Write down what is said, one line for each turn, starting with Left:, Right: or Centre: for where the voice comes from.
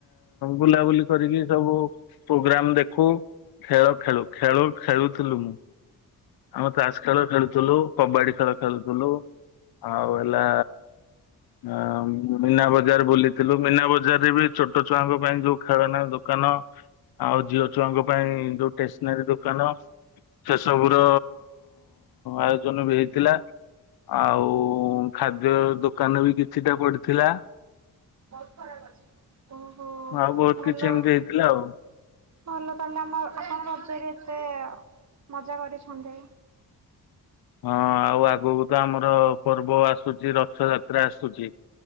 Left: ବୁଲାବୁଲି କରିକି ସବୁ ପ୍ରୋଗ୍ରାମ ଦେଖୁ ଖେଳ ଖେଳୁ, ଖେଳୁ ଖେଳୁଥିଲୁ ମୁଁ ଆମେ ତାଷ ଖେଳ ଖେଳୁଥିଲୁ, କବାଡି ଖେଳ ଖେଳୁଥିଲୁ, ଆଉ ହେଲା ଆ ମୀନା ବଜାର ବୁଲିଥିଲୁ, ମୀନା ବଜାର ରେ ବି ଛୋଟ ଛୁଆଙ୍କ ପାଇଁ ଯୋଉ ଖେଳନା ଦୋ କାନ ଆଉ ଝିଅ ଛୁଆଙ୍କ ପାଇଁ ଯୋଉ ଟେସନାରୀ ଦୋକାନ ସେ ସବୁ ତ ଆୟୋଜନ ବି ହେଇଥିଲା। ଆଉ ଖାଦ୍ୟ ଦୋକାନ ବି କିଛିଟା ପଡିଥିଲା।
Right: ବହୁତ ଖରାପ ଅଛି, ଓହୋ
Left: ଆଉ ବହୁତ
Right: ଭଲ।
Left: କିଛି ଏମିତି ହେଇଥିଲା ଆଉ।
Right: ଭଲ ତାହେଲେ ଆମେ ଆପଣଙ୍କରଜରେ ଏତେ ମଜା କରିଛନ୍ତି।
Left: ହଁ ଆଉ ଆଗକୁ ତ ଆମର ପର୍ବ ଆସୁଛି ରଥଯାତ୍ରା ଆସୁଛି।